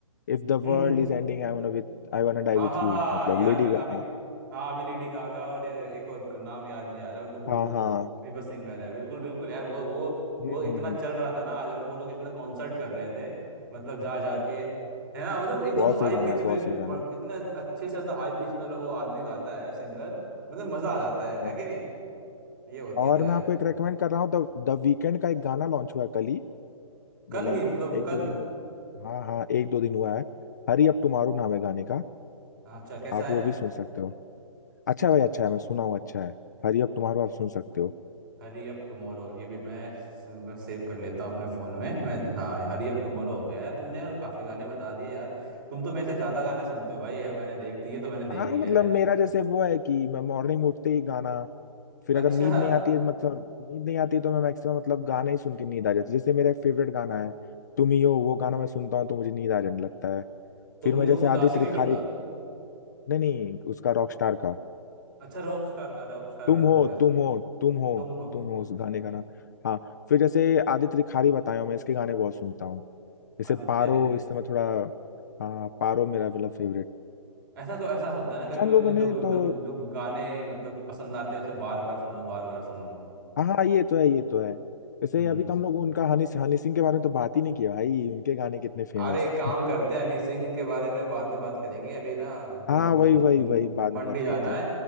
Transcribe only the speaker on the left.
if the
world is ending I wanna with I wanna die
with
you
मतलब
लेडी
हाँ
हाँ
हम्म
हम्म
हम्म।
हम्म।
बहुत
सही गाना
है
बहुत सही गाना
है
हाँ
और
मैं आपको एक रेकमेंड कर रहा हूँ द द वीकेंड का एक गाना लॉन्च हुआ है कल ही
मतलब
एक
दो दिन हुआ हाँ हाँ एक दो दिन हुआ है हरी अप टुमारो नाम है गाने का
आप
वो भी सुन सकते हो अच्छा है भाई अच्छा है मैं सुना हूँ अच्छा है हरी अप टुमारो आप सुन सकते हो
हाँ
मतलब
मेरा जैसे वो है कि मैं मॉर्निंग उठते ही गाना फिर
अगर नींद नहीं आती है मतलब नींद नहीं आती है तो मैं मैक्सिमम मतलब गाना ही सुन के नींद आ जाती है जैसे मेरा एक फेवरेट गाना है तुम ही हो वो गाना मैं सुनता हूँ तो मुझे नींद आ जाने लगता है
फिर
मैं
जैसे
आदित्य
रिखारी
नहीं नहीं उसका रॉकस्टार का
तुम
हो
तुम हो तुम हो
तुम हो उस गाने का नाम हाँ फिर जैसे आदित्य रिखारी बताया मैं इसके गाने बहुत सुनता हूँ जैसे
पारो
इस समय थोड़ा हाँ पारो मेरा मतलब फेवरेट
अच्छा
हम लोगों
ने
तो
हाँ हाँ ये तो है ये तो है जैसे
अभी तो हम लोग उनका हनी हनी सिंह के बारे में तो बात ही नहीं किया भाई उनके गाने कितने फेमस
<laughs>
हाँ
वही वही
वही बाद
में बात
करते हैं